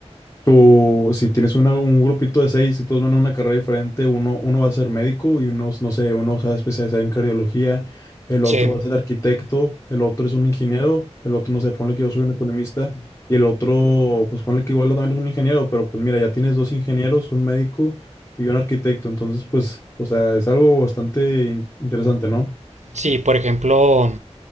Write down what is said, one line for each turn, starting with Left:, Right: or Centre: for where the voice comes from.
Left: Tú, si tienes una- un grupito de seis y todos van a una carrera diferente, uno, uno va a ser médico y uno, no sé, uno se va a especializar en cardiología, el
Right: sí,
Left: otro va a ser arquitecto, el otro es un ingeniero, el otro, no sé, ponle que yo soy un economista y el otro, pues ponle que igual también es un ingeniero, pero pues mira, ya tienes dos ingenieros, un médico y un arquitecto, entonces pues, o sea, es algo bastante in- interesante, ¿no?
Right: sí, por ejemplo,